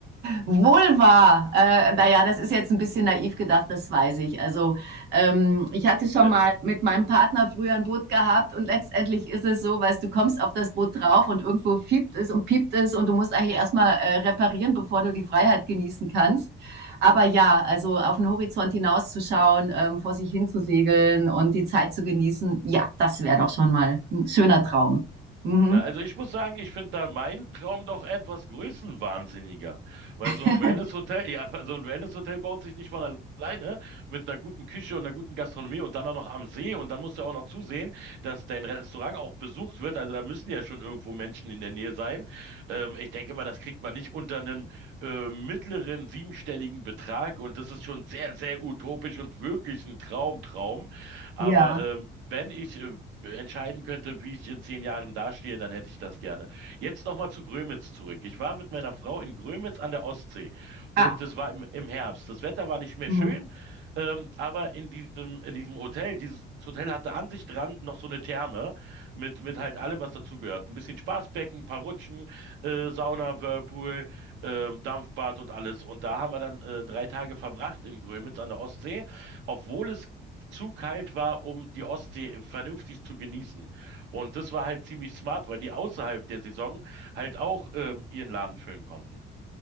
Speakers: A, on the right; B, on the right.
A: Wohl Vulva, äh, naja, das ist jetzt ein bisschen naiv gedacht, das weiß ich. Also ähm, ich hatte schon
B: Äh,
A: mal mit meinem Partner früher ein Boot gehabt und letztendlich ist es so, weißt du, kommst auf das Boot drauf und irgendwo fiebt es und piept es und du musst eigentlich erstmal äh, reparieren, bevor du die Freiheit genießen kannst. Aber ja, also auf den Horizont hinauszuschauen, ähm, vor sich hin zu segeln und die Zeit zu genießen, ja, das wäre doch schon mal ein schöner Traum. Mhm.
B: Na, also ich muss sagen, ich finde da meinen Traum doch etwas größenwahnsinniger, weil
A: <laughs>
B: so ein Wellnesshotel, ja, <laughs> so ein Wellnesshotel baut sich nicht von alleine mit einer guten Küche und einer guten Gastronomie und dann auch noch am See und dann musst du auch noch zusehen, dass dein Restaurant auch besucht wird. Also da müssen ja schon irgendwo Menschen in der Nähe sein. Ähm, ich denke mal, das kriegt man nicht unter einen äh, mittleren siebenstelligen Betrag und das ist schon sehr, sehr utopisch und wirklich ein Traumtraum. Aber
A: Ja.
B: ähm, wenn ich äh, entscheiden könnte, wie ich in zehn Jahren dastehe, dann hätte ich das gerne. Jetzt nochmal zu Grömitz zurück. Ich war mit meiner Frau in Grömitz an der Ostsee und
A: Ah.
B: es war im, im Herbst. Das Wetter war nicht mehr
A: Mhm.
B: schön, ähm, aber in diesem, in diesem Hotel, dieses Hotel hatte an sich dran noch so eine Therme mit, mit halt allem, was dazugehört. Ein bisschen Spaßbecken, ein paar Rutschen, äh, Sauna, Whirlpool, ähm, Dampfbad und alles. Und da haben wir dann äh, drei Tage verbracht in Grömitz an der Ostsee, obwohl es zu kalt war, um die Ostsee vernünftig zu genießen. Und das war halt ziemlich smart, weil die außerhalb der Saison halt auch ähm, ihren Laden füllen konnten.